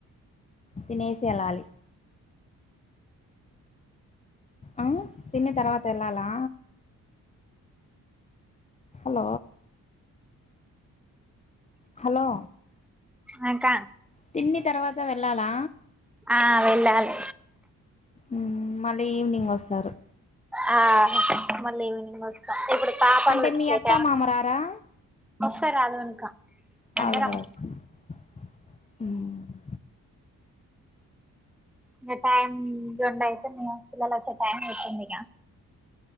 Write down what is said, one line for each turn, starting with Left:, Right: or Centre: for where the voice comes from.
Left: తినేసీ ఎళ్ళాలి ఆ తిన్న తర్వాత ఎళ్ళాలా హలో హలో
Centre: హాయ్ క్క
Left: తిన్ని తర్వాత వెళ్ళాలా
Centre: ఆ వెళ్ళాలి
Left: మ్మ్ మళ్ళీ ఈవినింగ్ వస్తారు
Centre: ఆ మళ్ళీ ఈవినింగ్ వస్తాం ఇప్పుడు పాపలు
Left: అంటే
Centre: వచ్చె
Left: మీ అత్త
Centre: టై
Left: మామ రారా
Centre: వస్తరాలు ఇంక
Left: వాళ్ళు
Centre: అందరం
Left: కూడా వస్తారు హ్మ్
Centre: మీ టైమ్ రెండు అయితే మీ పిల్లలోచ్చే టైం వతుంది ఇక